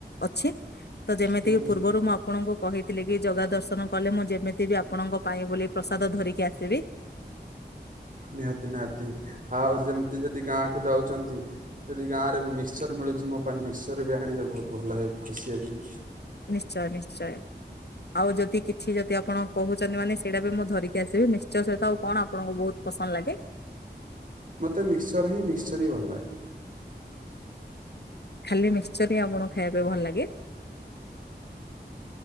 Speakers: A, on the left (about 70°); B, on the right (about 50°).
A: ଅଛି। ତ ଯେମିତିକି
B: ହୁଁ
A: ପୂର୍ବରୁ ମୁଁ ଆପଣଙ୍କୁ କହିଥିଲି କି ଜଗା ଦର୍ଶନ କଲେ ମୁଁ ଯେ ଏମିତି ବି ଆପଣଙ୍କ ପାଇଁ ବୋଲି ପ୍ରସାଦ ଧରିକି ଆସିବି।
B: ନିହାତି ନିହାତି ଆଉ ସେମିତି ଯଦି ଗାଁ କୁ ଯାଉଛନ୍ତି। ଯଦି ଗାଁରେ ବି ମିକ୍ସଚର ମିଳୁଛି ମୋ ପାଇଁ ମିକ୍ସଚର ବି ଆଣିବେ ବହୁତ୍ ଭଲ ହେବେ ଖୁସି ହେବି ମୁଁ।
A: ନିଶ୍ଚୟ ନିଶ୍ଚୟ। ଆଉ ଯଦି କିଛି ଯଦି ଆପଣ କହୁଛନ୍ତି ମାନେ ସେଇଟା ବି ମୁଁ ଧରିକି ଆସିବି ନିଶ୍ଚୟ ସହିତ ଆଉ କଣ ଆପଣଙ୍କୁ ବହୁତ୍ ପସନ୍ଦ ଲାଗେ।
B: ମୋତେ ମିକ୍ସଚର୍ ହିଁ ମିକ୍ସଚର୍ ହିଁ ଭଲ ଲାଗେ।
A: ଖାଲି ମିକ୍ସଚର୍ ହିଁ ଆପଣ ଖାଇବା ପାଇଁ ଭଲ ଲାଗେ?